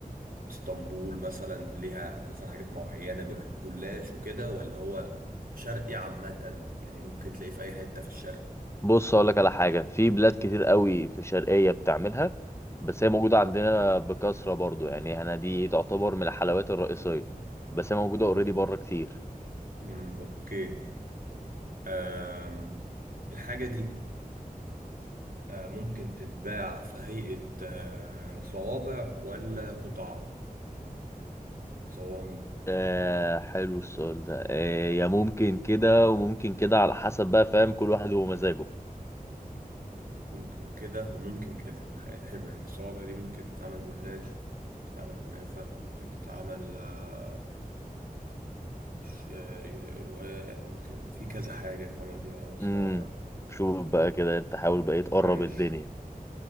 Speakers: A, on the right (about 75°); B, on the left (about 15°).
A: اسطنبول مثلا ليها مثلا حاجات معينة بالجلاش وكده ولا هو شرقي عامة يعني ممكن تلاقيه في أي حتة في الشرق
B: بص اقول لك على حاجه في بلاد كتير قوي في الشرقيه بتعملها بس هي موجوده عندنا بكثره برضو يعني احنا دي تعتبر من الحلويات الرئيسيه بس هي موجوده اوريدي بره كتير
A: امم اوكي أم. الحاجة دي آه، ممكن تتباع في هيئة آه، صوابع ولا قطع صواني
B: آه حلو السؤال ده آه يا ممكن كده وممكن كده على حسب بقى فاهم كل واحد ومزاجه
A: ممكن كده وممكن كده ح- حلو يعني الصوابع دي ممكن تتعمل جلاش تتعمل كنافة ممكن تتعمل آه، شعري رواق ممكن في كذا حاجة يتعمل بيها صوابع
B: امم شوف بقى كده انت حاول بقى تقرب
A: ماشي
B: الدنيا